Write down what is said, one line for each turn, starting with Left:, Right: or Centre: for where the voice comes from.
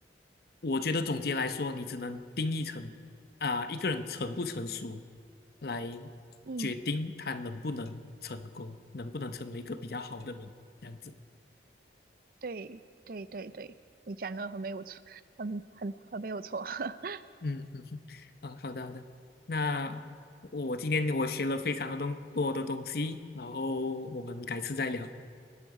Left: 我觉得总结来说，你只能定义成啊、一个人成不成熟，来
Right: 嗯，
Left: 决定他能不能成功，能不能成为一个比较好的人，这样子。
Right: 对对对对，你讲的很没有错，很很很没有错。<laughs>
Left: 嗯嗯哼，<laughs> 啊，好的好的。那我今天我学了非常的东多的东西，然后我们改次再聊。